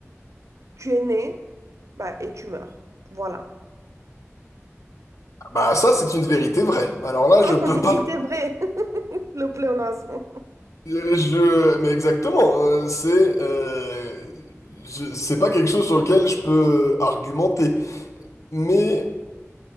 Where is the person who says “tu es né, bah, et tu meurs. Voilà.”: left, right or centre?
Right